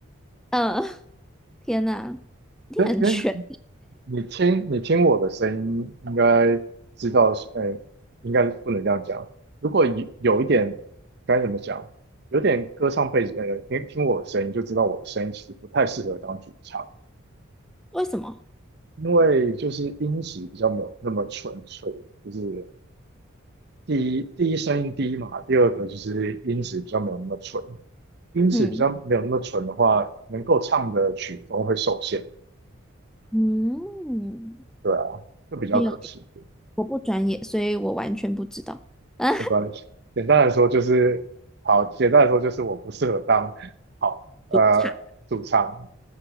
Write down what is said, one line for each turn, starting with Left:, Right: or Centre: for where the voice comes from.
Centre: 嗯，天哪，你很全，
Right: 因因为你听你听我的声音，应该知道是，哎，应该不能这样讲。如果有有一点该怎么讲，有点歌唱背景，呃，听听我的声音就知道我的声音其实不太适合当主唱，
Centre: 为什么？
Right: 因为就是音质比较没有那么纯粹，就是第一第一声音低嘛，第二个就是音质比较没有那么纯，音质比较没有那么纯的话，
Centre: 嗯
Right: 能够唱的曲风会受限，
Centre: 嗯，
Right: 对啊，就比较可惜，
Centre: 没有，我不专业，所以我完全不知道。<laughs> 啊，
Right: 没关系。简单来说就是，好，简单来说就是我不适合当好呃主唱，
Centre: 主唱